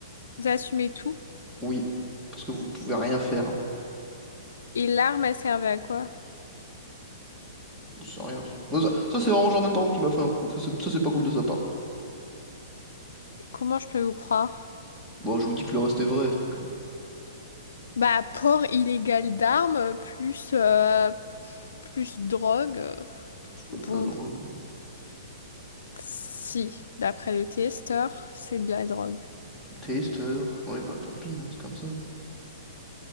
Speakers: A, on the left (about 80°); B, in the centre.
A: vous assumez tout.
B: oui. Parce que vous pouvez rien faire.
A: Et l'arme, elle servait à quoi?
B: Bon, C'est rien ça. Bon, ça, ça, c'est vraiment Jordan Brown qui m'a fait un coup. Ça c'est ça, c'est pas cool de sa part.
A: Comment je peux vous croire?
B: Bon, je vous dis que le reste est vrai, donc euh,
A: Bah, port illégal d'armes, plus, euh, plus drogue. euh,
B: c'est pas
A: Bon,
B: de la drogue.
A: si, d'après le testeur, c'est de la drogue.
B: Taster. Ouais, bah tant pis, hein, c'est comme ça.